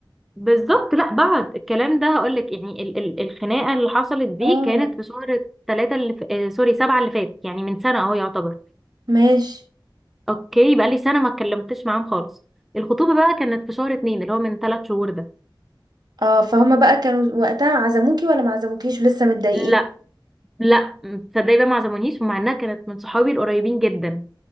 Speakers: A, in the centre; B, on the right.
A: بالظبط لا بعد الكلام ده هقول لك يعني ال ال الخناقه اللي حصلت دي
B: اه
A: كانت في شهر ثلاثة اللي ف... آه سوري سبعة اللي فات يعني من سنه اهو يعتبر
B: ماشي
A: اوكي بقى لي سنه ما اتكلمتش معاهم خالص الخطوبه بقى كانت في شهر اتنين اللي هو من ثلاث شهور ده
B: اه فهم بقى كانوا وقتها عزموكي ولا ما عزموكيش ولسه متضايقين
A: لا لا تصدقي بقى ما عزمونيش ومع انها كانت من صحابي القريبين جدا